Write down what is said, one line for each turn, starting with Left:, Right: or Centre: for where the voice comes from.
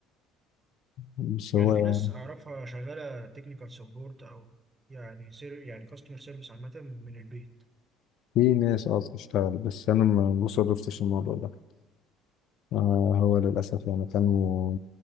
Left: بس هو
Right: يعني في ناس اعرفها شغاله تكنيكال سبورت او يعني سير يعني كاستمر سيرفيس عامه من البيت
Left: في ناس اه بتشتغل بس أنا ما ما صادفتش الموضوع ده آه هو للأسف يعني كانوا